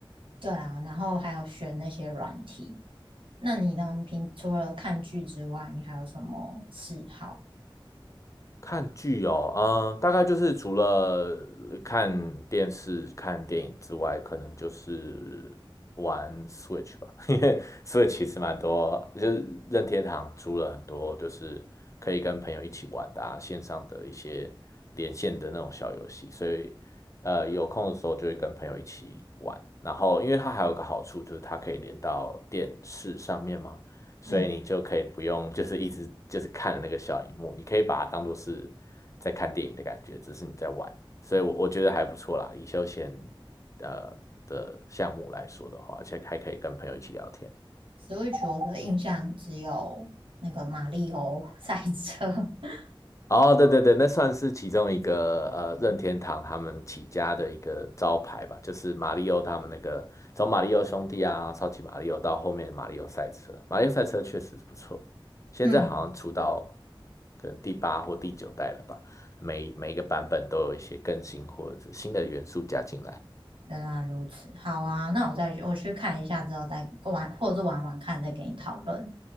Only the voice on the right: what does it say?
对啊，然后还有学那些软体。那你呢？你平除了看剧之外，你还有什么嗜好？
嗯
，Switch 我的印象只有那个马里欧 <laughs> 赛车。<laughs>
嗯，
原来如此。好啊，那我再我去看一下之后再玩，或者是玩玩看，再给你讨论。